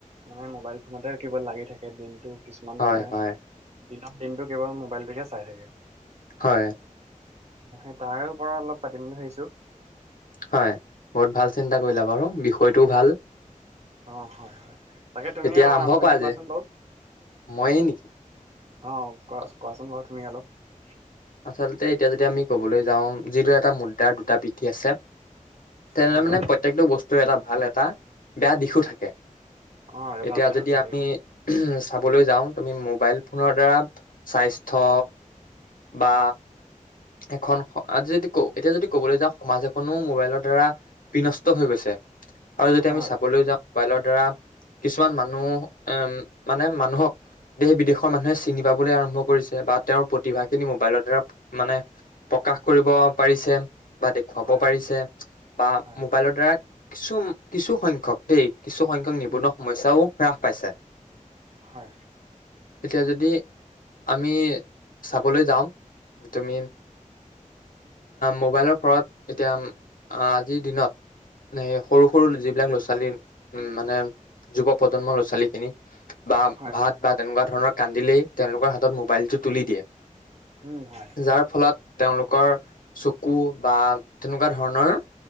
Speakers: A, on the right; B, on the left.
A: মানে মোবাইল ফোনতে কিবা লাগি থাকে। দিনতো কিছুমান
B: হয়
A: মানুহে
B: হয়
A: দিনৰ দিনটো কেৱল মোবাইলটোকে চাই থাকে।
B: হয়।
A: সেই তাৰে পৰা অলপ পাতিম বুলি ভাবিছো।
B: হয়। বহুত ভাল চিন্তা কৰিলা বাৰু বিষয়টোও ভাল
A: অ' হয় হয়। তাকে তুমি
B: তেতিয়া
A: অলপ আৰম্ভ
B: কৰা
A: দিন
B: যে
A: কোৱাচোন বাৰু
B: ময়ে নেকি
A: অ' কোৱা কোৱাচোন বাৰু তুমি অলপ।
B: আচলতে এতিয়া যদি আমি কবলৈ যাওঁ। যিদৰে এটা মুদ্ৰাৰ দুটা পিঠি আছে। তেনেদৰে
A: হয়,
B: মানে প্ৰত্যেকটো বস্তু এটা ভাল এটা বেয়া দিশো থাকে।
A: অ', এইটো
B: এতিয়া
A: ভাল কথা
B: যদি
A: কৈছা
B: আমি
A: দেই
B: উম চাবলৈ যাও তুমি মোবাইল ফোনৰ দ্বাৰা স্বাস্থ্য বা এখন আজি যদি ক এতিয়া যদি কবলৈ যাওঁ সমাজ এখনো মোবাইলৰ দ্বাৰা বিনষ্ট হৈ গৈছে। আৰু যদি
A: হয়,
B: আমি
A: হয়,
B: চাবলৈ যাওঁ। মোবাইলৰ দ্বাৰা কিছুমান মানুহ উম মানে মানুহক দেশ -বিদেশৰ মানুহে চিনি পাবলৈ আৰম্ভ কৰিছে বা তেওঁৰ প্ৰতিভাখিনি মোবাইলৰ দ্বাৰা মানে প্ৰকাশ কৰিব পাৰিছে। বা দেখুৱাব
A: হয়, হয়,
B: পাৰিছে বা
A: হয়
B: মোবাইলৰ দ্বাৰা কিছু কিছু সংখ্যক দেই। কিছুসংখ্যক নিবনুৱা
A: উম,
B: সমস্যাও হ্ৰাস পাইছে।
A: হয়,
B: এতিয়া যদি আমি চাবলৈ যাওঁ, তুমি মোবাইলৰ ফৰত এতিয়া আজিৰ দিনত। নে সৰু -সৰু যিবিলাক ল'ৰা -ছোৱালী উম মানে যুৱ প্ৰজন্মৰ ল'ৰা - ছোৱালীখিনি বা
A: হয়,
B: ভাত
A: হয়,
B: বা তেনেকোৱা ধৰণৰ কান্দিলেই তেওঁলোকৰ হাতত মোবাইলটো তুলি দিয়ে।
A: উম হয়।
B: যাৰ ফলত তেওঁলোকৰ চকু বা তেনেকোৱা ধৰণৰ